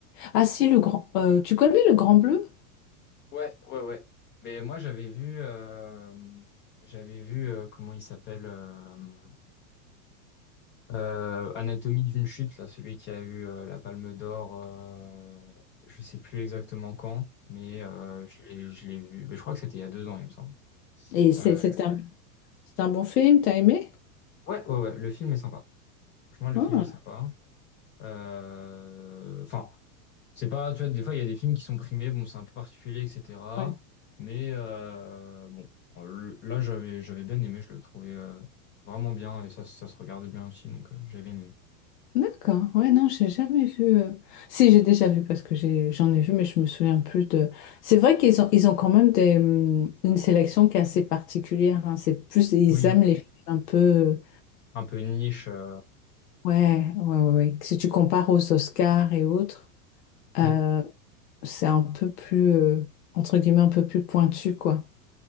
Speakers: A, on the left (about 80°); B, on the left (about 25°).
A: Ah si, le grand, euh, tu connais Le Grand Bleu?
B: Ouais, ouais, ouais. Mais moi j'avais vu euh, j'avais vu euh, comment il s'appelle. euh, Euh, Anatomie d'une chute, là, celui qui a eu euh, la Palme d'Or, euh, je sais plus exactement quand, mais euh, je l'ai, je l'ai vu. Mais je crois que c'était il y a deux ans, il me semble.
A: Et c'est
B: Euh,
A: c'est un, c'est un bon film, t'as aimé?
B: ouais, ouais, ouais, le film est sympa. Franchement, le
A: Ah,
B: film est sympa. Euh, Enfin, c'est pas, tu vois, des fois, il y a des films qui sont primés, bon, c'est un peu particulier, etc.
A: Ouais.
B: Mais euh, bon, là, j'avais, j'avais bien aimé, je le trouvais euh, vraiment bien et ça, ça se regarde bien aussi, donc euh, j'avais bien aimé.
A: d'accord. Ouais, non, j'ai jamais vu. euh, Si, j'ai déjà vu parce que j'ai, j'en ai vu, mais je me souviens plus de. C'est vrai qu'ils ont, ils ont quand même des, hum, une sélection qui est assez particulière. hein. C'est plus, ils
B: Oui,
A: aiment les films un peu.
B: un peu une niche. euh,
A: Ouais, ouais, ouais. ouais. Si tu compares aux Oscars et autres, euh,
B: hmm.
A: c'est un peu plus, euh, entre guillemets, un peu plus pointu, quoi.